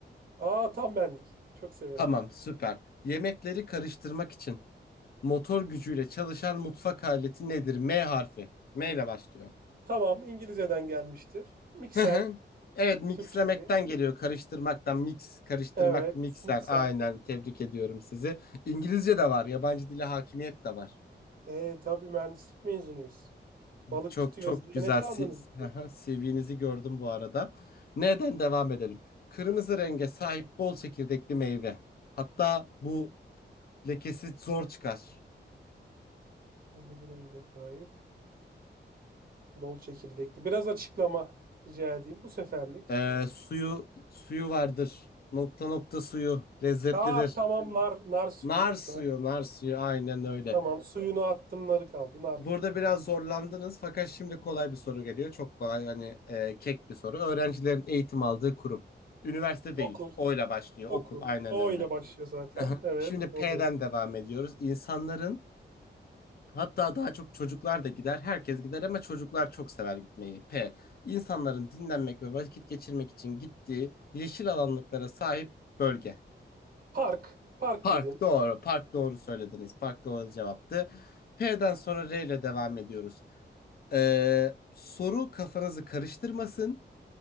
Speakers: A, on the right; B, on the left.
A: Aa tam benlik. Çok severim.
B: Tamam, süper. Yemekleri karıştırmak için motor gücüyle çalışan mutfak aleti nedir? M harfi. M ile başlıyor.
A: Tamam İngilizceden gelmiştir. Mikser
B: Hı hı. Evet mixlemekten
A: Türkçesi.
B: geliyor. Karıştırmaktan mix, karıştırmak,
A: Evet
B: mikser.
A: mikser.
B: Aynen tebrik ediyorum sizi. İngilizce de var. Yabancı dile hakimiyet de var.
A: E tabii mühendislik mezunuyuz. Balık
B: Çok
A: tutuyoruz
B: çok
A: diye
B: güzel.
A: ne sandınız
B: Siz, Hı
A: bizi?
B: hı. CV'nizi gördüm bu arada. Neden devam edelim? Kırmızı renge sahip bol çekirdekli meyve. Hatta bu lekesi zor çıkar.
A: Kırmızı renge sahip. Bol çekirdekli. Biraz açıklama rica edeyim bu seferlik.
B: Ee, suyu suyu vardır. Nokta nokta suyu lezzetlidir.
A: Aa tamam nar, nar suyu.
B: Nar
A: Nar-
B: suyu, nar suyu aynen öyle.
A: tamam suyunu attım narı kaldı. Nar
B: Burada
A: dedim.
B: biraz zorlandınız fakat şimdi kolay bir soru geliyor. Çok kolay hani e, kek bir soru. Öğrencilerin eğitim aldığı kurum. Üniversite
A: Okul,
B: değil. O'yla başlıyor.
A: okul.
B: Okul aynen
A: O
B: öyle.
A: ile başlıyor zaten.
B: Aha.
A: Evet,
B: Şimdi P'den
A: odayım.
B: devam ediyoruz. İnsanların hatta daha çok çocuklar da gider. Herkes gider ama çocuklar çok sever gitmeyi. P. İnsanların dinlenmek ve vakit geçirmek için gittiği yeşil alanlıklara sahip bölge.
A: Park, park
B: Park
A: dedim.
B: doğru. Park doğru söylediniz. Park doğru cevaptı. P'den sonra R ile devam ediyoruz. Ee, soru kafanızı karıştırmasın.